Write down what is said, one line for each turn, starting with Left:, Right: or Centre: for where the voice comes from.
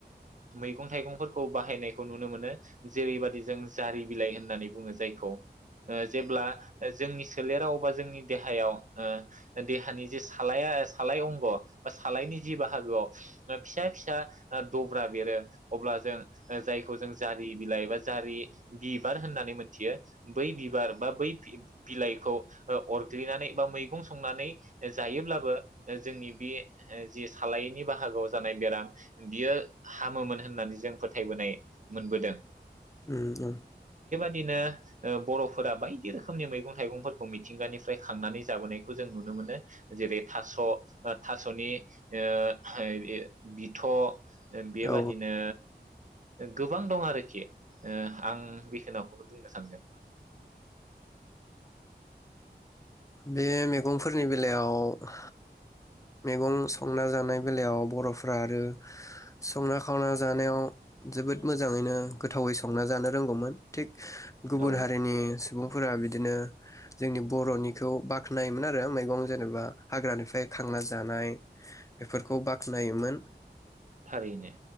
Right: मैगं थाइगंफोरखौ बाहायनायखौ नुनो मोनो जेरैबायदि जों जारि बिलाइ होननानै बुङो जायखौ। ओ जेब्ला जोंनि सोलेराव बा जोंनि देहायाव ओ देहानि जे सालाया सालाय अंग बा सालायनि जि बाहागोआव मा फिसा फिसा ओ दब्रा बेरो अब्ला जों ओ जायखौ जों जारि बिलाइ एबा जारि बिबार होननानै मोनथियो बै बिबार बा बै बिलाइखौ ओ अरग्लिनानै बा मैगं संनानै जायोब्लाबो ओ जोंनि बे ओ जि सालायनि बाहागोआव जानाय बेराम बियो हामोमोन होननानै जों फोथायबोनाय मोनबोदों।
Left: उम औ
Right: दिनो ओ बरफोरा बायदि रोखोमनि मैगं थाइगंफोरखौ मिथिंगानिफ्राय खांनानै जाबोनायखौ जों नुनो मोनो। जेरै थास ओ थासनि ओ <unintelligible> बिथ ओ बेबादिनो
Left: औ
Right: ओ गोबां दं आरोखि ओ आं बेखिनाखौनो बुंनो सान्दों।
Left: बे मैगंफोरनि बेलायाव मैगं संना जानाय बेलायाव बरफ्रा आरो संना खावना जानायाव जोबोद मोजाङैनो गोथावै संना जानो रोंगौमोन थिग गुबुन
Right: औ
Left: हारिनि सुबुंफोरा बिदिनो जोंनि बरनिखौ बाख्नायोमोन आरो मैगं जेनेबा हाग्रानिफ्राय खांना जानाय बेफोरखौ बाख्नायोमोन।
Right: थारैनो